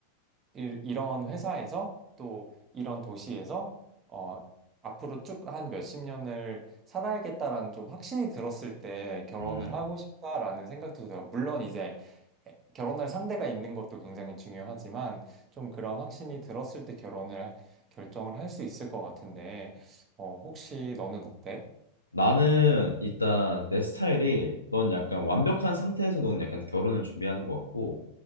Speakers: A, on the right; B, on the left.
A: 이- 이런 회사에서 또 이런 도시에서 어, 앞으로 쭉 한 몇 십 년을 살아야겠다라는 좀 확신이 들었을 때 결혼을
B: 음.
A: 하고 싶다라는 생각도 들어요. 물론 이제 에- 결혼할 상대가 있는 것도 굉장히 중요하지만 좀 그런 확신이 들었을 때 결혼을 할- 결정을 할 수 있을 것 같은데 어, 혹시 너는 어때?
B: 나는 일단 내 스타일이 넌 약간 완벽한 상태에서 넌 약간 결혼을 준비하는 것 같고